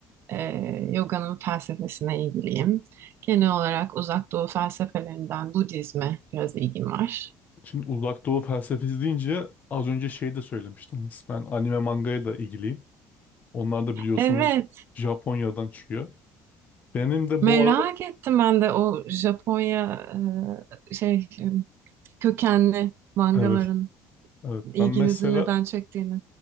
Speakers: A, on the right; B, on the left.
A: E, yoganın felsefesine ilgiliyim. Genel olarak Uzak Doğu felsefelerinden Budizme biraz ilgim var.
B: Şimdi uzak doğu felsefesi deyince az önce şey de söylemiştiniz. Ben anime mangayla ilgiliyim. Onlar da biliyorsunuz
A: Evet,
B: Japonya'dan çıkıyor. Benim de
A: merak
B: bu arada
A: ettim ben de o Japonya e, şey e, kökenli mangaların
B: evet evet
A: ilginizi
B: ben mesela
A: neden çektiğini.